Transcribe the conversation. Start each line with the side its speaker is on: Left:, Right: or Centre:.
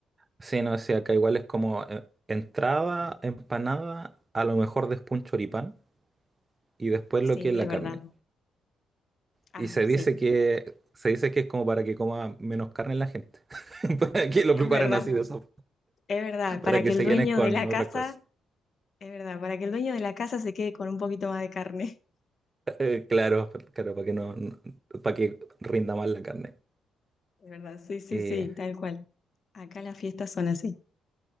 Right: sí, no sé, acá igual es como eh, entrada, empanada, a lo mejor después un choripán y después
Left: Sí,
Right: lo que es la
Left: es verdad.
Right: carne.
Left: Ah,
Right: Y se
Left: sí,
Right: dice que se dice que es como para que coma menos carne la gente. <laughs> Para que lo
Left: es
Right: preparan
Left: verdad,
Right: así de esa-
Left: es verdad,
Right: para
Left: para
Right: que
Left: que el
Right: se
Left: dueño
Right: llenen con
Left: de la casa,
Right: otras cosas.
Left: es verdad, para que el dueño de la casa se quede con un poquito más de carne,
Right: Eh, claro, claro, para que no, no- para que rinda más la carne.
Left: <laughs> es verdad, sí, sí,
Right: Eh,
Left: sí, tal cual. Acá las fiestas son así,